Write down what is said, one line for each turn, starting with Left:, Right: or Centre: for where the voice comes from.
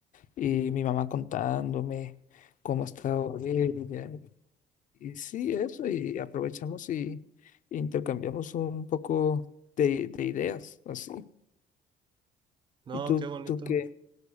Left: y mi mamá contándome cómo estaba ella. Y sí, eso, y aprovechamos y intercambiamos un poco de, de ideas, así.
Right: No,
Left: ¿Y tú,
Right: qué bonito,
Left: tú qué?